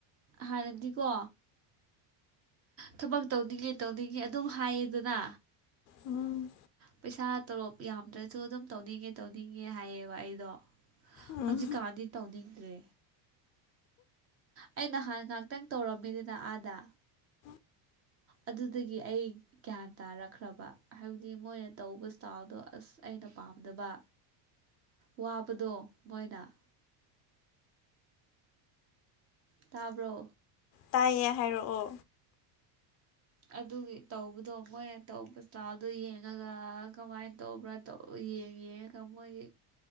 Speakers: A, on the right; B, on the left.
A: ꯍꯥꯟꯅꯗꯤꯀꯣ ꯊꯕꯛ ꯇꯧꯅꯤꯡꯉꯦ ꯇꯧꯅꯤꯡꯉꯦ ꯑꯗꯨꯝ ꯍꯥꯏꯌꯦꯗꯅ
B: ꯎꯝ
A: ꯄꯩꯁꯥ ꯇꯣꯂꯣꯞ ꯌꯥꯝꯗ꯭ꯔꯁꯨ ꯑꯗꯨꯝ ꯇꯧꯅꯤꯡꯉꯦ ꯇꯧꯅꯤꯡꯉꯦ ꯍꯥꯏꯌꯦꯕ ꯑꯩꯗꯣ
B: ꯎꯝ
A: ꯍꯧꯖꯤꯛꯀꯥꯟꯗꯤ ꯇꯧꯅꯤꯡꯗ꯭ꯔꯦ ꯑꯩ ꯅꯍꯥꯟ ꯉꯥꯇꯪ ꯇꯧꯔꯝꯃꯤꯗꯅ ꯑꯥꯗ
B: <inaudible>
A: ꯑꯗꯨꯗꯒꯤ ꯑꯩ ꯒ꯭ꯌꯥꯟ ꯇꯥꯔꯛꯈ꯭ꯔꯕ ꯍꯥꯏꯕꯗꯤ ꯃꯣꯏꯅ ꯇꯧꯕ ꯏꯁꯇꯥꯥꯏꯜꯗꯣ ꯑꯁ ꯑꯩꯅ ꯄꯥꯝꯗꯕ
B: <inaudible>
A: ꯋꯥꯕꯗꯣ ꯃꯣꯏꯅ ꯇꯥꯕ꯭ꯔꯣ
B: ꯇꯥꯏꯌꯦ ꯍꯥꯏꯔꯛꯑꯣ
A: ꯑꯗꯨꯒꯤ ꯇꯧꯕꯗꯣ ꯃꯣꯏꯅ ꯇꯧꯕꯆꯥꯗꯨꯣ ꯌꯦꯡꯉꯒ ꯀꯃꯥꯏꯅ ꯇꯧꯕ꯭ꯔꯥ ꯇꯧ ꯌꯦꯡ ꯌꯦꯡꯉꯒ ꯃꯣꯏꯒꯤ